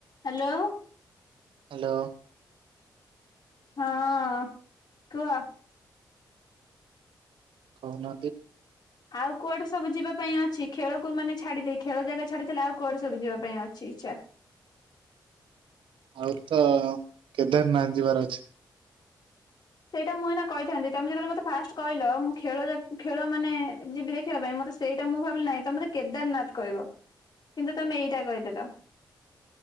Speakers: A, on the left; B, on the right.
A: Hello.
B: Hello.
A: ହଁଅ-ଅ-ଅ କୁହ।
B: କହୁନାହାନ୍ତି।
A: ଆଉ କୁଆଡେ ସବୁ ଯିବା ପାଇଁ ଅଛି ଖେଳକୁ ମାନେ ଛାଡିଦେଇ ଖେଳ ଜାଗା ଛାଡିଦେଲେ ଆଉ କୁଆଡେ ସବୁ ଯିବା ପାଇଁ ଅଛି ଇଚ୍ଛା?
B: ଆଉ ତ କେଦାରନାଥ ଯିବାର ଅଛି।
A: ସେଇଟା ମୁଁ ଏଇନା କହିଥାନ୍ତି ତମେ ଯେତେବେଳେ ମତେ ଫାଷ୍ଟ୍ କହିଲ ମୁଁ ଖେଳ ଦେ ଖେଳ ମାନେ ଯିବି ଦେଖିବା ପାଇଁ ସେଇଟା ମୁଁ ଭାବିଲି ନାଇଁ ତମେ ବୋଧେ କେଦାରନାଥ କହିବ କିନ୍ତୁ ତମେ ଏଇଟା କହିଦେଲ।